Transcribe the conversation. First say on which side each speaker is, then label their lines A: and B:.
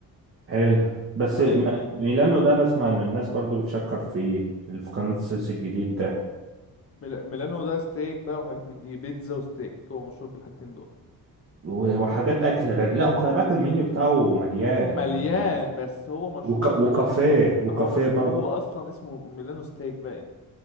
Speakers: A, on the right; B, on the left.
A: حلو بس
B: تمام
A: ما- ميلانو ده انا اسمع ان الناس برضو بتشكر فيه اللي في قناة السويس الجديد ده
B: ميل- ميلانو ده ستيك بقى وحاجات من دي بيتزا وستيك هو مشهور بالحاجتين دول
A: و- وحاجات اكل غير لا وخلي بالك المنيو بتاعه مليان
B: مليان
A: يعني
B: بس هو مشهور
A: وك... وكافيه
B: آه،
A: وكافيه
B: هو مش
A: برضو
B: هو أصلا اسمه ميلانو ستيك بقى إيه؟